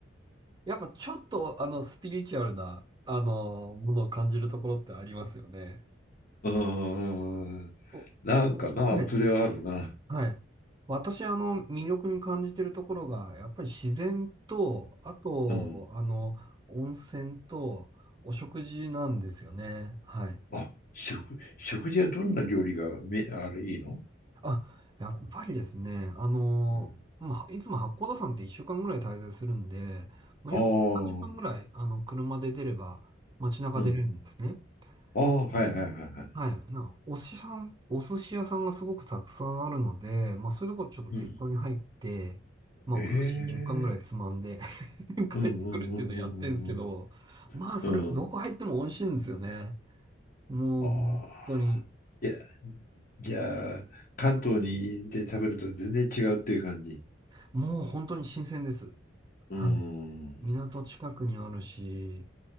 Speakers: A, on the right; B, on the left.
A: やっぱちょっと、あの、スピリチュアルな、あの、ものを感じるところってありますよね。
B: うん、
A: おおはい。
B: なんかな、それはあるな。
A: はい。私、あの、魅力に感じてるところが、やっぱり自然と、あと、
B: うん。
A: あの、温泉と、お食事なんですよね。はい。
B: あ、食、食事はどんな料理がめ、あれ、いいの
A: あ、やっぱりですね、あの、
B: うん、
A: まあ、いつも八甲田山って1週間ぐらい滞在するんで、まあ、
B: ああ、
A: よく30分ぐらい、あの、車で出れば、街中出れるんですね。
B: うん、ああ、はいはいはいはい。
A: ではい。なんか、お寿司さん、お寿司屋さんがすごくたくさんあるので、まあそういうとこちょっと適当に入って、
B: うん。
A: まあお寿司10貫ぐらいつまんで
B: ええ
A: <laughs> 帰ってくるっていうのやってるんですけど、
B: うんうんうんうんうん
A: まあそれがどこ入っても美味しいんですよね。
B: うんうん
A: もう本当に、
B: ああ。いや、じゃあ、関東にで食べると全然違うっていう感じ。
A: もう本当に新鮮です。
B: うん
A: はい。港近くにあるし、